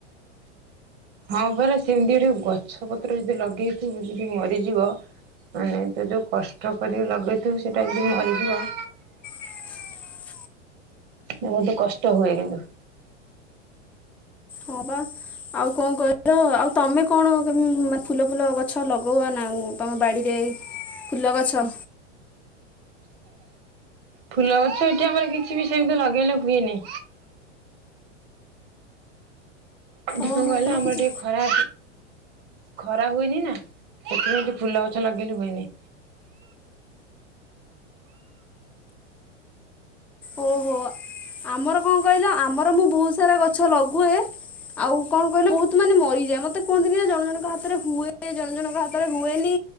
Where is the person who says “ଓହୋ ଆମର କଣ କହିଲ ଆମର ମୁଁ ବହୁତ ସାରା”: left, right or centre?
Centre